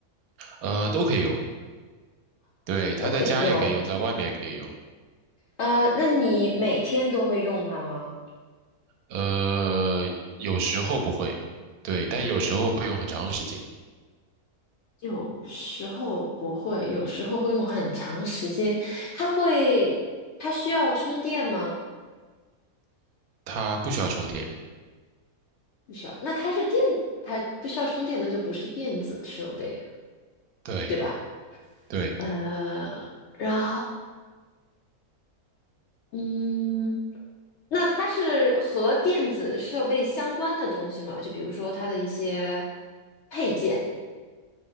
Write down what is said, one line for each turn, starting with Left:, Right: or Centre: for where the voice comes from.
Right: 呃，都可以用。对，它在家也可以用，
Left: 都可以用。
Right: 在外面也可以用。
Left: 呃，那你每天都会用它吗？
Right: 呃，有时候不会，对，但有时候会用很长时间。
Left: 有时候不会，有时候会用很长时间。它会，它需要充电吗？
Right: 它不需要充电。
Left: 不需要。那它是电，它不需要充电，那就不是电子设备，
Right: 对，
Left: 对吧？
Right: 对，
Left: 呃，然后，嗯，那它是和电子设备相关的东西吗？就比如说它的一些配件。